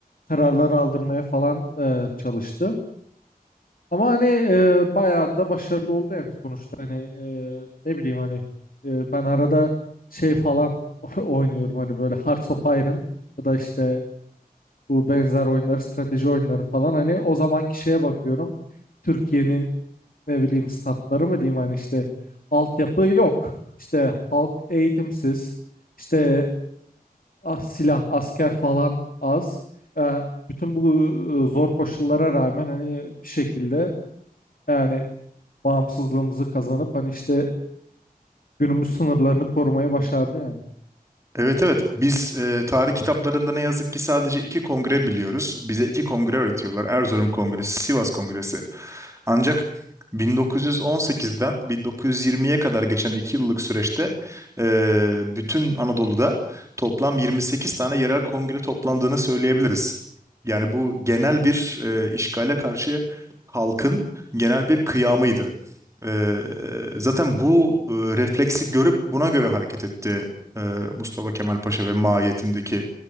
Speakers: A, on the left; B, on the right.
A: kararlar aldırmaya falan e, çalıştı. Ama hani e, bayağı da başarılı oldu yani sonuçta hani e, ne bileyim hani e, ben arada şey falan <laughs> oynuyorum hani böyle Hearts of Iron ya da işte bu benzer oyunları strateji oyunları falan hani o zamanki şeye bakıyorum Türkiye'nin ne bileyim statları mı diyeyim hani işte altyapı yok işte halk eğitimsiz işte ah, silah asker falan az E, bütün bu e, zor koşullara rağmen hani bir şekilde yani bağımsızlığımızı kazanıp hani işte günümüz sınırlarını korumayı başardı yani.
B: Evet evet biz e, tarih kitaplarında ne yazık ki sadece iki kongre biliyoruz. Bize iki kongre öğretiyorlar. Erzurum Kongresi, Sivas Kongresi. Ancak 1918'den 1920'ye kadar geçen iki yıllık süreçte e, bütün Anadolu'da toplam 28 tane yerel kongre toplandığını söyleyebiliriz. Yani bu genel bir e, işgale karşı halkın genel bir kıyamıydı. E, zaten bu e, refleksi görüp buna göre hareket etti e, Mustafa Kemal Paşa ve maiyetindeki